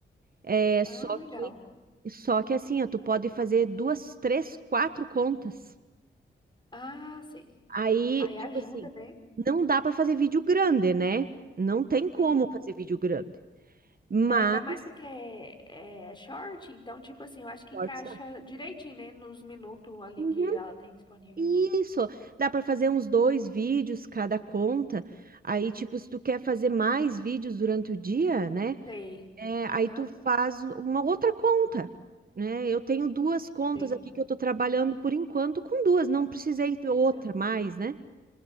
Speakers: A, on the right; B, on the left.
A: É,
B: Ah,
A: só
B: legal.
A: que só que assim, ó, tu pode fazer duas, três, quatro contas.
B: Ah, sim.
A: Aí,
B: Aí ajuda,
A: tipo assim,
B: né?
A: não dá para fazer vídeo grande, né? Não tem como
B: Sim.
A: fazer vídeo grande. Mas
B: É, ainda mais porque é, é short, então, tipo assim, eu acho que
A: cortes
B: encaixa
A: dá.
B: direitinho, né, nos minutos ali
A: Uhum,
B: que ela tem disponível.
A: Isso, dá para fazer uns dois vídeos cada conta. Aí, tipo, se tu quer fazer mais vídeos durante o dia, né?
B: Sei.
A: É, aí
B: Aham,
A: tu faz uma outra conta, né? Eu tenho duas contas
B: entendi.
A: aqui que eu tô trabalhando por enquanto com duas, não precisei ter outra
B: Aham.
A: mais, né?